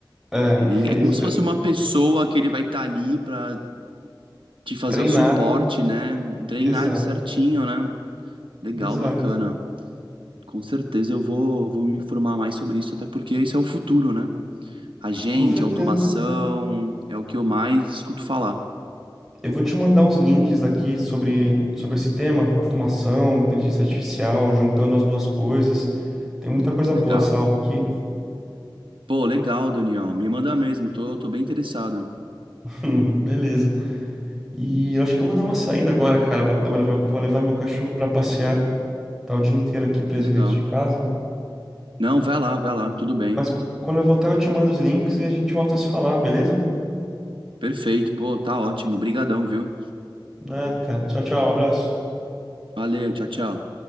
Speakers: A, in the centre; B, on the right.
A: É,
B: Ele
A: <laughs> isso,
B: é como se fosse
A: é
B: uma pessoa que ele vai estar ali pra te fazer
A: treinado.
B: o suporte, né? Treinado
A: Exato,
B: certinho, né? Legal,
A: exato.
B: bacana. Com certeza eu vou, vou me informar mais sobre isso, até porque isso é o futuro, né? A gente,
A: Com certeza.
B: automação, é o que eu mais escuto falar.
A: Eu vou te mandar uns links daqui sobre, sobre esse tema, automação, inteligência artificial, juntando as duas coisas. Tem muita coisa
B: Legal.
A: boa salva aqui.
B: Pô, legal, Daniel. Me manda mesmo, tô, tô bem interessado.
A: <laughs> Beleza. E eu acho que eu vou dar uma saída agora, cara. Vou, eu vou levar eu vou levar meu cachorro pra passear. Tá o dia inteiro aqui preso
B: Legal.
A: dentro de casa.
B: Não, vai lá, vai lá, tudo bem.
A: Mas quando eu voltar, eu te mando os links e a gente volta a se falar, beleza?
B: Perfeito, pô, tá ótimo. Obrigadão, viu?
A: Nada, cara. Tchau, tchau. Um abraço.
B: Valeu, tchau, tchau.